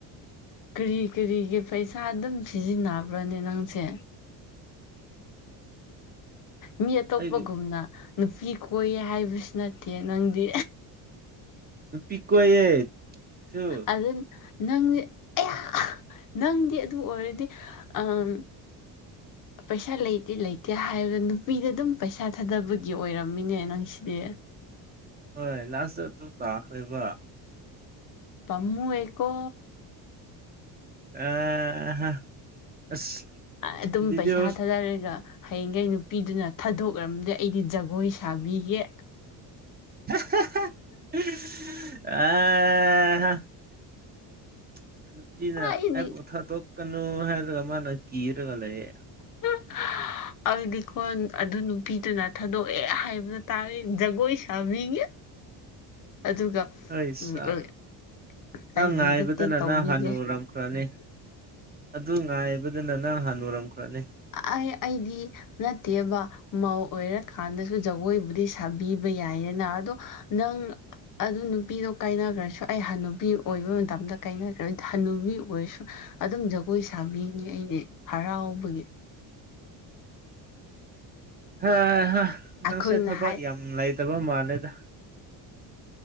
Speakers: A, on the left (about 50°); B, on the right (about 25°).
A: ꯀꯔꯤ ꯀꯔꯤꯒꯤ ꯄꯩꯁꯥ ꯑꯗꯨꯝ ꯁꯤꯖꯤꯟꯅꯕ꯭ꯔꯅꯦ ꯅꯪꯁꯦ ꯃꯤ ꯑꯇꯣꯞꯄꯒꯨꯝꯅ
B: ꯑꯩꯒꯤ
A: ꯅꯨꯄꯤ ꯀꯣꯏꯌꯦ ꯍꯥꯏꯕꯁꯨ ꯅꯠꯇꯦ ꯅꯪꯗꯤ
B: ꯅꯨꯄꯤ ꯀꯣꯏꯌꯦ ꯑꯩꯁꯨ
A: ꯑꯗꯨ ꯅꯪꯗꯤ ꯑꯌꯥ ꯅꯪꯗꯤ ꯑꯗꯨ ꯑꯣꯏꯔꯗꯤ ꯑꯥꯝ ꯄꯩꯁꯥ ꯂꯩꯇꯦ ꯂꯩꯇꯦ ꯍꯥꯏꯔ ꯅꯨꯄꯤꯗ ꯑꯗꯨꯝ ꯄꯩꯁꯥ ꯊꯥꯗꯕꯒꯤ ꯑꯣꯏꯔꯝꯃꯤꯅꯦ ꯅꯪꯁꯤꯗꯤ
B: ꯍꯣꯏ ꯂꯥꯁꯇ ꯑꯗꯨ ꯇꯥꯈ꯭ꯔꯦꯕ
A: ꯄꯝꯃꯨꯏꯌꯦꯀꯣ
B: ꯑꯥꯍꯥ ꯑꯁ
A: ꯑꯗꯨꯝ
B: ꯚꯤꯗꯤꯑꯣ
A: ꯄꯩꯁꯥ ꯊꯥꯗꯔꯒ ꯍꯌꯦꯡꯒꯩ ꯅꯨꯄꯤꯗꯨꯅ ꯊꯥꯗꯣꯛꯔꯝꯔꯗꯤ ꯑꯩꯗꯤ ꯖꯒꯣꯏ ꯁꯥꯕꯤꯒꯦ
B: ꯍꯥꯍꯥ ꯑꯥꯍꯥ <unintelligible> <unintelligible> ꯅꯨꯄꯤꯅ
A: ꯑꯩꯗꯤ
B: ꯑꯩꯕꯨ ꯊꯥꯗꯣꯛꯀꯅꯨ ꯍꯥꯏꯔꯒ ꯃꯥꯅ ꯀꯤꯔꯒ ꯂꯩꯌꯦ
A: <unintelligible> ꯑꯩꯗꯤꯀꯣ ꯑꯗꯨ ꯅꯨꯄꯤꯗꯨꯅ ꯊꯥꯗꯣꯛꯑꯦ ꯍꯥꯏꯕꯗꯨ ꯇꯥꯔꯦ ꯖꯒꯣꯏ ꯁꯥꯕꯤꯒꯦ ꯑꯗꯨꯒ
B: ꯑꯩ
A: ꯎꯝ
B: ꯁꯥꯥ
A: ꯑꯩ
B: ꯅꯪ
A: ꯑꯥꯏꯖꯤꯗ
B: ꯉꯥꯏꯕꯗꯅ
A: ꯇꯦꯛ ꯇꯧꯕꯤꯒꯦ
B: ꯅꯪ ꯍꯅꯨꯔꯝꯈ꯭ꯔꯅꯤ ꯑꯗꯨ ꯉꯥꯏꯕꯗꯅ ꯅꯪ ꯍꯥꯟꯅꯨꯔꯝꯈ꯭ꯔꯅꯤ
A: ꯑꯩ ꯑꯩꯗꯤ ꯅꯠꯇꯦꯕ ꯃꯧ ꯑꯣꯏꯔꯀꯥꯟꯗꯖꯨ ꯖꯒꯣꯏꯕꯨꯗꯤ ꯁꯥꯕꯤꯕ ꯌꯥꯏꯌꯦꯅ ꯑꯗꯣ ꯅꯪ ꯑꯗꯨ ꯅꯨꯄꯤꯗꯣ ꯀꯥꯏꯅꯒ꯭ꯔꯁꯨ ꯑꯩ ꯍꯥꯟꯅꯨꯕꯤ ꯑꯣꯏꯕ ꯃꯇꯝꯗ ꯀꯥꯏꯅꯈ꯭ꯔ ꯍꯟꯅꯨꯕꯤ ꯑꯣꯏꯔꯁꯨ ꯑꯗꯨꯝ ꯖꯒꯣꯏ ꯁꯥꯕꯤꯅꯤ ꯑꯩꯗꯤ ꯍꯔꯥꯎꯕꯒꯤ
B: ꯍꯦꯍꯥ ꯅꯪꯁꯦ
A: ꯑꯩꯈꯣꯏꯅ
B: ꯊꯕꯛ
A: ꯍꯥꯏ
B: ꯌꯥꯝ ꯂꯩꯇꯕ ꯃꯥꯜꯂꯦꯗ